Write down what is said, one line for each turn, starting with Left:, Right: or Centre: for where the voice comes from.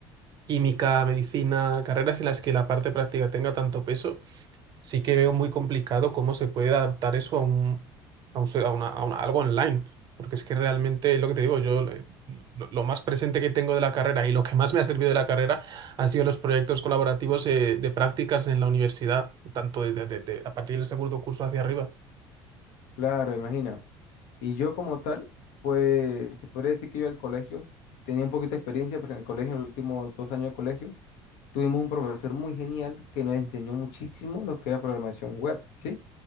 Right: química, medicina, carreras en las que la parte práctica tenga tanto peso sí que veo muy complicado cómo se puede adaptar eso a un, a un se- a una- a una- algo online, porque es que realmente lo que te digo, yo eh, lo, lo más presente que tengo de la carrera y lo que más me ha servido de la carrera han sido los proyectos colaborativos eh, de prácticas en la universidad, tanto de, de- de- de- a partir del segundo curso hacia arriba.
Left: claro, imagina. Y yo como tal, pues se podría decir que yo al colegio tenía un poquito de experiencia, porque en el colegio, en los últimos dos años de colegio, tuvimos un profesor muy genial que nos enseñó muchísimo lo que era programación web, ¿sí?